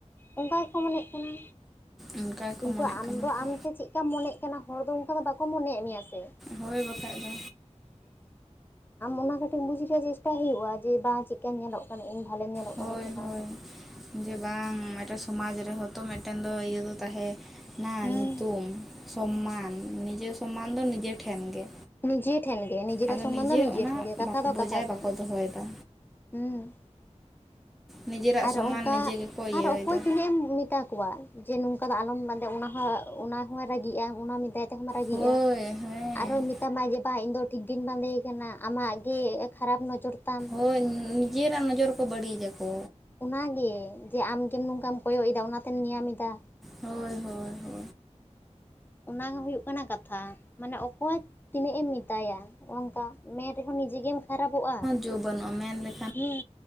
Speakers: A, on the left; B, in the centre.
A: ᱚᱱᱠᱟ ᱜᱮᱠᱚ ᱢᱚᱱᱮᱫ ᱠᱟᱱᱟ
B: ᱚᱱᱠᱟ ᱜᱮᱠᱚ
A: ᱠᱤᱱᱛᱩ
B: ᱢᱚᱱᱮᱜ
A: ᱟᱢ
B: ᱠᱟᱱᱟ
A: ᱫᱚ
B: ᱠᱚ
A: ᱟᱢᱛᱮ ᱪᱮᱫᱼᱼ ᱪᱮᱠᱟᱢ ᱢᱚᱱᱮᱫ ᱠᱟᱱᱟ ᱦᱚᱲ ᱫᱚ ᱚᱱᱠᱟ ᱫᱚ ᱵᱟᱠᱚ ᱢᱚᱱᱮᱭ ᱮᱫ ᱢᱮᱭᱟ ᱥᱮ᱾
B: ᱦᱳᱭ ᱵᱟᱠᱷᱟᱡ ᱫᱚ᱾
A: ᱟᱢ ᱚᱱᱟ ᱠᱟᱹᱴᱤᱡ ᱵᱩᱡᱽ ᱨᱮᱭᱟᱜ ᱪᱮᱥᱴᱟᱭ ᱦᱩᱭᱩᱜᱼᱟ ᱡᱮ ᱵᱟᱝ ᱪᱤᱠᱟᱹ ᱧᱮᱞᱚᱜ ᱠᱟᱱᱟ ᱤᱧ ᱵᱷᱟᱞᱮ ᱧᱮᱞᱚᱜ
B: ᱦᱳᱭ
A: ᱠᱟᱱᱟ ᱥᱮ ᱵᱟᱝ?
B: ᱦᱳᱭ ᱡᱮ ᱵᱟᱝ ᱢᱤᱫᱴᱮᱱ ᱥᱚᱢᱟᱡᱽ ᱨᱮᱦᱚᱸ ᱛᱚ ᱢᱤᱫᱴᱮᱱ ᱫᱚ ᱤᱭᱟᱹ ᱫᱚ ᱛᱟᱦᱮᱱᱟ
A: ᱦᱩᱸ
B: ᱧᱩᱛᱩᱢ᱾ ᱥᱚᱢᱢᱟᱱ ᱱᱤᱡᱮ ᱥᱚᱢᱢᱟᱱ ᱫᱚ ᱱᱤᱡᱮ ᱴᱷᱮᱱ ᱜᱮ᱾
A: ᱱᱤᱡᱮ ᱴᱷᱮᱱ ᱜᱮ ᱱᱤᱡᱮᱨᱟᱜ
B: ᱟᱫᱚ
A: ᱥᱚᱢᱢᱟᱱ ᱫᱚ ᱱᱤᱡᱮ
B: ᱚᱱᱟ
A: ᱴᱷᱮᱱ ᱜᱮ ᱠᱟᱛᱷᱟ
B: ᱵᱟᱠᱚ
A: ᱫᱚ
B: ᱵᱚᱡᱟᱭ
A: ᱠᱟᱛᱷᱟ ᱠᱟᱱᱟ
B: ᱵᱟᱠᱚ ᱫᱚᱦᱚᱭᱮᱫᱟ
A: ᱦᱮᱸ
B: ᱱᱤᱡᱮᱨᱟᱜ
A: ᱟᱨ
B: ᱥᱚᱢᱟᱱ
A: ᱚᱱᱠᱟ
B: ᱱᱤᱡᱮ ᱜᱮᱠᱚ ᱤᱭᱟᱹᱭᱮᱫᱟ
A: ᱟᱨ ᱚᱠᱚᱭ ᱛᱤᱱᱟᱹᱜᱼ ᱮᱢ ᱢᱮᱛᱟ ᱠᱚᱣᱟ᱾ ᱡᱮ ᱱᱚᱝᱠᱟ ᱫᱚ ᱟᱞᱚᱢ ᱵᱟᱸᱫᱮ ᱚᱱᱟ ᱦᱚᱸ ᱚᱱᱟ ᱦᱚᱸᱭ ᱨᱟᱹᱜᱤᱜᱼᱟ ᱚᱱᱟ ᱢᱤᱫ ᱛᱟᱭ ᱛᱮᱦᱚᱢ ᱨᱟᱹᱜᱤᱜᱼᱟ᱾
B: ᱦᱳᱭ ᱦᱮᱸ
A: ᱟᱨᱦᱚᱸ ᱢᱮᱛᱟᱢᱟ ᱡᱮ ᱵᱟᱝ ᱤᱧ ᱫᱚ ᱴᱷᱤᱠ ᱜᱮ ᱤᱧ ᱵᱟᱸᱫᱮᱭ ᱟᱠᱟᱱᱟ ᱟᱢᱟᱜ ᱜᱮ ᱠᱷᱟᱨᱟᱯ ᱱᱚᱡᱚᱨ ᱛᱟᱢ᱾
B: ᱦᱚᱭ ᱱᱤᱡᱮᱨᱟᱜ ᱱᱚᱡᱚᱨᱼᱼ ᱠᱚ ᱵᱟᱹᱲᱤᱡ ᱟᱠᱚ,
A: ᱚᱱᱟ ᱜᱮ, ᱡᱮ ᱟᱢ ᱜᱮᱢ ᱱᱚᱝᱠᱟᱢ ᱠᱚᱭᱚᱜ ᱮᱫᱟ ᱚᱱᱟ ᱛᱮᱢ ᱧᱮᱞ ᱧᱟᱢ ᱮᱫᱟ᱾
B: ᱦᱳᱭ ᱦᱳᱭ ᱦᱳ
A: ᱚᱱᱟ ᱦᱚᱸ ᱦᱩᱭᱩᱜ ᱠᱟᱱᱟ ᱠᱟᱛᱷᱟ, ᱢᱟᱱᱮ ᱚᱠᱚᱭ ᱛᱤᱱᱟᱹᱜ ᱮᱢ ᱢᱮᱛᱟᱭᱟ᱾ ᱚᱝᱠᱟ ᱢᱮᱱ ᱨᱮᱦᱚᱸ ᱱᱤᱡᱮ ᱜᱮᱢ ᱠᱷᱟᱨᱟᱯᱚᱜᱼᱟ᱾
B: ᱡᱟᱹᱣ ᱵᱟᱹᱱᱩᱜᱼᱟ ᱢᱮᱱ ᱞᱮ
A: ᱦᱩᱸ,